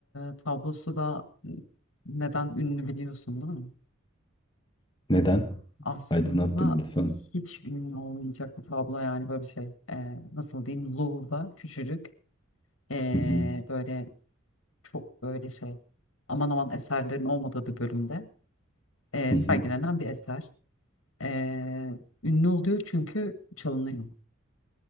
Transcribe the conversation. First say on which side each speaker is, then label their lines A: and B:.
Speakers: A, on the left (about 80°); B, on the left (about 25°).
A: e, tablosu da neden ünlü biliyorsun değil mi?
B: Neden?
A: Aslında
B: Aydınlat beni lütfen.
A: hiç ünlü olmayacak bir tablo yani böyle bir şey. E, nasıl diyeyim? Louvre'da küçücük e,
B: Hı hı.
A: böyle çok böyle şey aman aman eserlerin olmadığı bir bölümde e,
B: Hı
A: sergilenen
B: hı.
A: bir eser. E, ünlü oluyor çünkü çalınıyor.